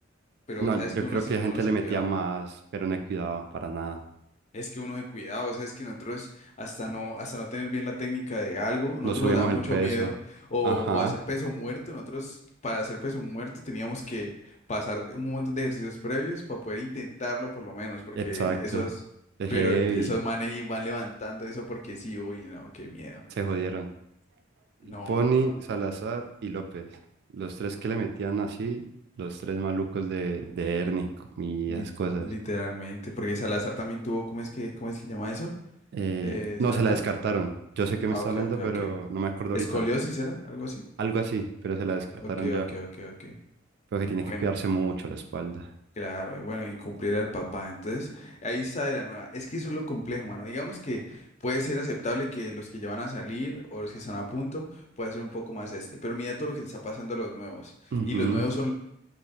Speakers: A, on the left (about 35°); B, on the right (about 55°).
A: pero
B: No,
A: sabes
B: yo
A: que uno,
B: creo
A: se-
B: que la
A: uno
B: gente
A: se
B: le metía
A: cuidaba.
B: más, pero no cuidaba para nada.
A: Es que uno de cuidado, sabes que nosotros hasta no, hasta no tener bien la técnica de algo, nosotros
B: No subíamos
A: nos daba mucho
B: el peso.
A: miedo o,
B: Ajá,
A: o hacer peso muerto, nosotros para hacer peso muerto teníamos que pasar un montón de ejercicios previos para poder intentarlo por lo menos, porque
B: exacto.
A: esos,
B: Es
A: pero
B: heavy.
A: esos manes y van levantando eso porque sí, uy, no, qué miedo.
B: Se jodieron.
A: No,
B: Pony,
A: no, no, no.
B: Salazar y López. Los tres que le metían así, los tres malucos de, de Ernie y
A: Li-
B: esas cosas.
A: literalmente, porque Salazar también tuvo, ¿cómo es que, cómo es que llama eso?
B: Eh,
A: Eh,
B: no,
A: Salazar.
B: se la descartaron. Yo sé que me
A: Ah,
B: está
A: ok,
B: hablando,
A: ok,
B: pero
A: ok.
B: no me acuerdo
A: Escoliosis
B: ahorita.
A: era, algo así.
B: Algo así, pero se la descartaron
A: Ok,
B: ya.
A: ok, ok, ok.
B: Pero que tiene
A: Bueno,
B: que cuidarse mucho la espalda.
A: claro, y bueno, y cumplir al papá. Entonces, ahí está de la nueva. Es que eso es lo complejo, mano. Digamos que puede ser aceptable que los que ya van a salir o los que están a punto, puede ser un poco más este. Pero mira todo lo que le está pasando a los nuevos.
B: Ujú,
A: Y los nuevos son